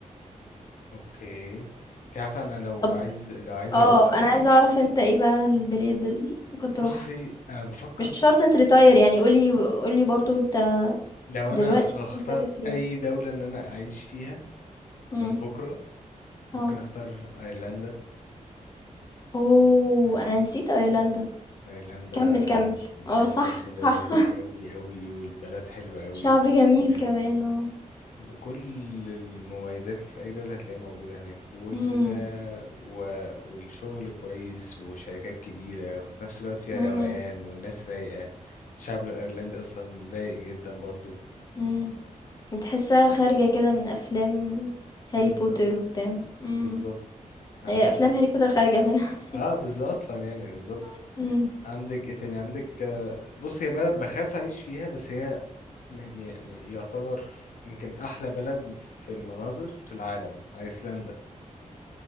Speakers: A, on the left; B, on the left.
A: اوكي انت عارفه انا لو
B: طب
A: عايز لو عايز
B: اه
A: اريتاير
B: انا عايزة اعرف انت ايه بقى البلاد اللي ممكن تروحها
A: بصي انا بفكر
B: مش
A: في
B: شرط تريتاير يعني قولي قولي برضو انت
A: لو
B: دلوقتي
A: انا هختار
B: ممكن تسافر فين
A: اي دوله ان انا اعيش فيها
B: مم.
A: من بكره
B: اه
A: ممكن اختار ايرلندا
B: اوه
A: تمام
B: انا نسيت ايرلندا
A: ايرلندا
B: كمل كمل
A: الناس
B: اه صح
A: فيها حلوه
B: صح
A: قوي
B: <laughs>
A: قوي قوي والبلد حلوه قوي
B: شعب
A: وجميله
B: جميل كمان اه
A: وكل المميزات اللي في أي دولة هتلاقيها موجودة هناك وال...
B: مم.
A: و... والشغل كويس وشركات كبيرة وفي نفس الوقت فيها
B: مم.
A: روقان والناس رايقة الشعب الأيرلندي أصلا رايق جدا برضو
B: مم. وتحسها خارجة كده من افلام هاري
A: بالظبط
B: بوتر وبتاع مم.
A: بالظبط عندك
B: هي افلام هاري بوتر خارجة منها
A: اه بالظبط أصلا يعني بالظبط
B: مم. مم.
A: عندك ايه تاني عندك آه، بص هي بلد بخاف أعيش فيها بس هي م- يعني يعتبر يمكن أحلى بلد في المناظر في العالم أيسلندا